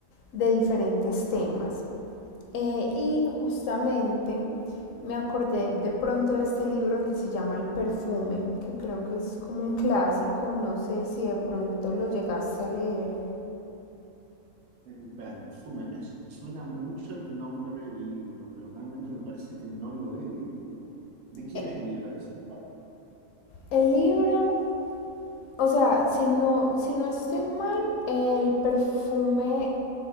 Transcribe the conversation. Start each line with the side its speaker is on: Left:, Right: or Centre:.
Left: de diferentes temas eh, y justamente me acordé de pronto de este libro que se llama El perfume, que creo que es como un clásico, no sé si de pronto lo llegaste a leer.
Right: El perfume, me suena mucho el nombre del libro, pero realmente me parece que no lo he leído. ¿De quién
Left: Eh,
Right: es el libro ese?
Left: el libro, o sea, si no, si no estoy mal, el perfume